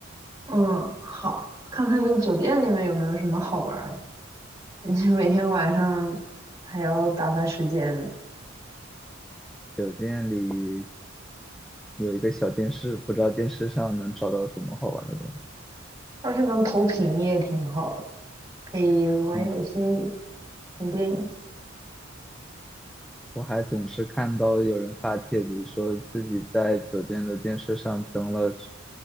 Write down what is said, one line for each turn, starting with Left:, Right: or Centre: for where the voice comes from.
Right: 嗯，好，看看这个酒店里面有没有什么好玩儿的。<laughs> 你每天晚上还要打发时间，
Centre: 酒店里有一个小电视，不知道电视上能找到什么好玩的东西。
Right: 要是能投屏也挺好的，可以玩游戏、
Centre: 嗯，
Right: 肯定影。
Centre: 我还总是看到有人发帖子说自己在酒店的电视上登了什